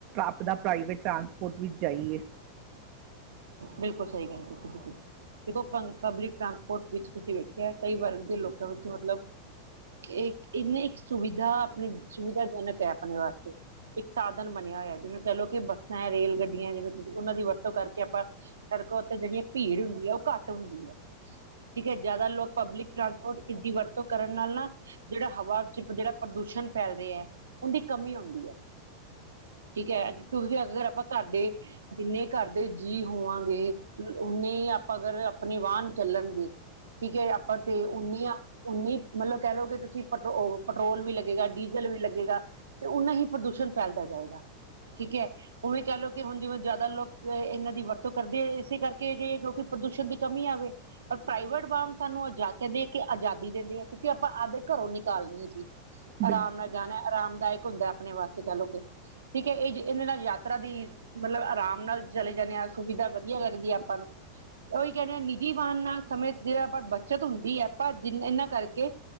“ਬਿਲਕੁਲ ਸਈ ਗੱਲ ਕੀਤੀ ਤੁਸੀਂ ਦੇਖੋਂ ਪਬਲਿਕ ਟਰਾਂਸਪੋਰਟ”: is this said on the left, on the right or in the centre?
Right